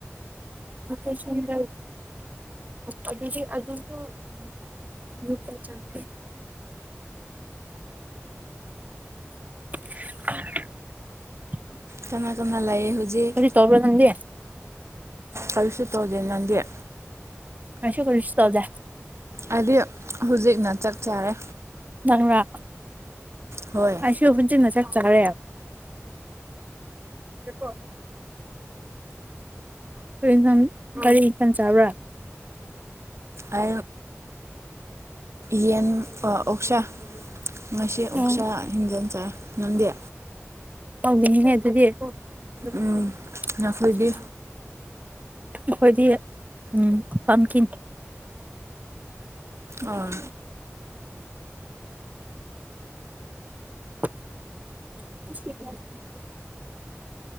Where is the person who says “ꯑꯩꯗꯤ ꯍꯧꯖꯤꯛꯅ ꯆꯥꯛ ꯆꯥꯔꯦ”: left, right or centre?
Right